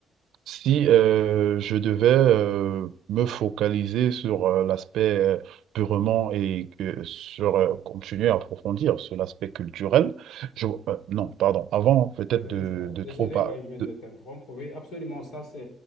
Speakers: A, on the right; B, on the left.
A: si euh, je devais euh, me focaliser sur euh, l'aspect euh, purement et que sur euh, continuer à approfondir sur l'aspect culturel, je, euh, non, pardon, avant peut-être
B: Oui,
A: de,
B: je- euh,
A: de
B: désolé,
A: trop par-
B: ouais, je vais te
A: de-
B: t'interrompre. Oui, absolument, ça c'est